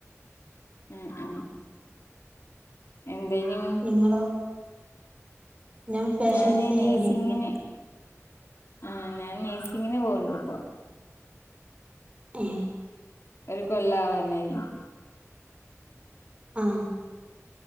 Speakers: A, on the left; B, on the right.
A: ഉം ഉം. എന്തേനു
B: നിങ്ങളോ? ഞാൻ ഫാഷൻ
A: ഞാന്
B: ഡിസൈനിങ്
A: നഴ്സിങ്ങിന്
B: പഠിക്കാ
A: ആ ഞാൻ നേഴ്സിങ്ങിന് പോണ്ട് ഇപ്പോ
B: ഏ
A: ഒരു കൊല്ലാവാനായി
B: അ